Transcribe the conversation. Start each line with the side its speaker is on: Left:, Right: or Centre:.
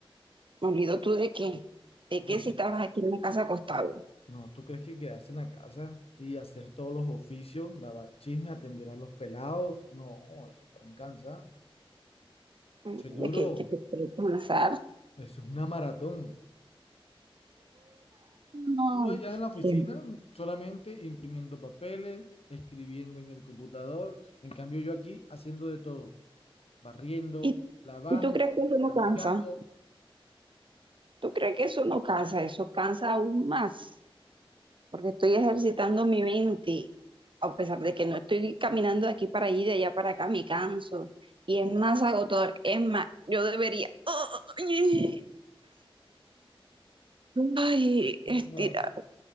Right: ¿Molido tú de qué? ¿De
Left: Pues,
Right: qué si estabas aquí en la casa acostado?
Left: no, ¿tú crees que quedarse en la casa y hacer todos los oficios, lavar chisme, atender a los pelados? No, eso también cansa.
Right: Mm,
Left: Eso es duro,
Right: ¿De qué? ¿Que te presta una sartera?
Left: eso es una maratón.
Right: No.
Left: Tú allá en la oficina
Right: ¿Qué?
Left: solamente imprimiendo papeles, escribiendo en el computador. En cambio, yo aquí haciendo de todo, barriendo,
Right: ¿Y,
Left: lavando,
Right: y tú crees que eso no
Left: limpiando.
Right: cansa? ¿Tú crees que eso no cansa? Eso cansa aún más. porque estoy ejercitando mi mente, a pesar de que no estoy caminando de aquí para allí, de allá para acá, me canso y es más agotador, es más, yo debería ay, ay, estirar.
Left: No,